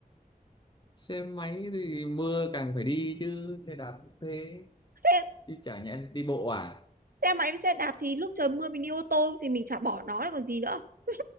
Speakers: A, on the left; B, on the right.
A: xe máy thì mưa càng phải đi chứ xe đạp cũng thế
B: Xe
A: chứ chả nhẽ đi bộ à
B: xe máy với xe đạp thì lúc trời mưa mình đi ô tô thì mình chả bỏ nó rồi còn gì nữa. <laughs>